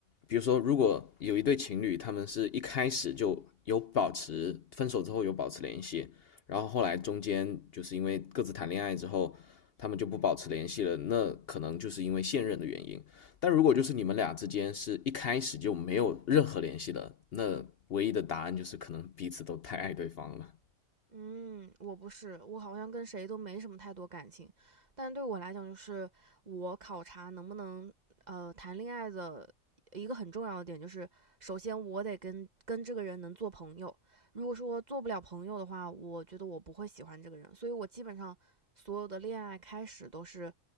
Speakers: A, on the left; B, on the right.
A: 比如说，如果有一对情侣，他们是一开始就有保持分手之后有保持联系，然后后来中间就是因为各自谈恋爱之后，他们就不保持联系了，那可能就是因为现任的原因。但如果就是你们俩之间是一开始就没有任何联系的，那唯一的答案就是可能彼此都太爱对方了。
B: 嗯，我不是，我好像跟谁都没什么太多感情，但对我来讲，就是我考察能不能呃谈恋爱的一个很重要的点，就是首先我得跟跟这个人能做朋友。如果说做不了朋友的话，我觉得我不会喜欢这个人，所以我基本上所有的恋爱开始都是